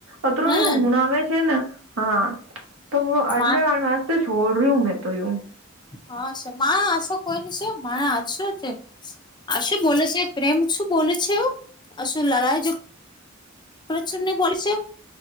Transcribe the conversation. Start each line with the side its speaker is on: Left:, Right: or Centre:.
Right: અત્ર
Left: હમ
Right: એવું હુંણ આવે છે ને હા તો આટલે
Left: માં
Right: તો છોડ ર્યું હું મેં તો યુ
Left: હા છે, મા આસો કોઈ નની છે મારે હાચુ તે આશું બોલે છે પ્રેમ શું બોલે છે, એવું આશુ લલાય જો પ્રચરને બોલે છે